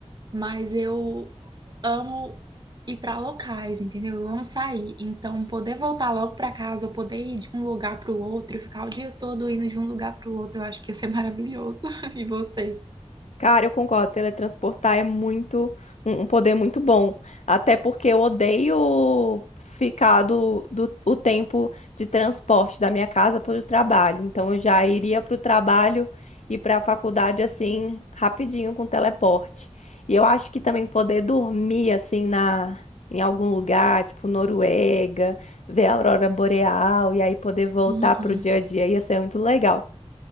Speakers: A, on the right; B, on the left.
A: mas eu amo ir para locais, entendeu? Eu amo sair, então poder voltar logo para casa, ou poder ir de um lugar para o outro e ficar o dia todo indo de um lugar para o outro, eu acho que ia ser maravilhoso. <laughs> E você?
B: Cara, eu concordo. Teletransportar é muito um, um poder muito bom. Até porque eu odeio ficar do, do o tempo de transporte da minha casa para o trabalho. Então eu já iria para o trabalho e para a faculdade assim rapidinho com teleporte. E eu acho que também poder dormir assim na em algum lugar, tipo Noruega, ver a aurora boreal e aí poder voltar
A: Uhum.
B: para o dia a dia ia ser muito legal.